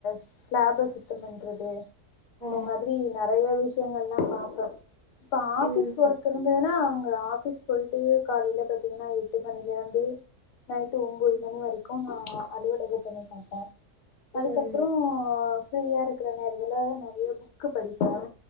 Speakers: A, on the left; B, in the centre.
A: ஸ்லாப சுத்தம் பண்றது இந்த
B: ஆ,
A: மாதிரி நிறைய விஷயங்கள்லாம் பாப்பேன் இப்ப ஆபீஸ்
B: ம்,
A: ஒர்க் இருந்ததுன்னா ஆபிஸ் போயிட்டு காலல பாத்தீங்கன்னா எட்டு மணில இருந்து நைட்டு் ஒன்பது மணி வரைக்கு க்கும் நான் அலுவலக பண்ணி பாப்பேன் அதுக்கப்புறம்
B: ம்,
A: ஃப்ரீயா இருக்கற நேரத்தில் நிறைய புக் படிப்பேன்